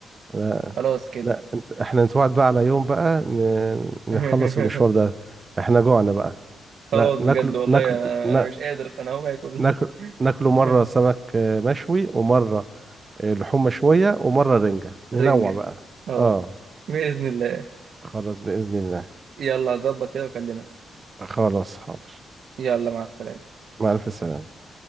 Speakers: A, on the right; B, on the right.
A: لا
B: خلاص كده
A: لا انت... إحنا نتوعد بقى على يوم بقى ن... نخلص
B: <laughs>
A: المشوار ده إحنا جوعنا بقى
B: خلاص
A: نا-
B: بجد
A: ناكل
B: والله
A: ناكل
B: أنا,
A: نا-
B: أنا مش قادر أنا هقوم آكل
A: ناكل ناكله مرة
B: <laughs>
A: سمك آه، مشوي ومرة لحوم شوية ومرة رنجة ننوع
B: رنجة
A: بقى
B: أه
A: اه
B: بإذن الله
A: خلاص بإذن الله
B: يلا هظبط كده وأكلمك
A: خلاص حاضر
B: يلا مع السلامة
A: مع ألف سلامة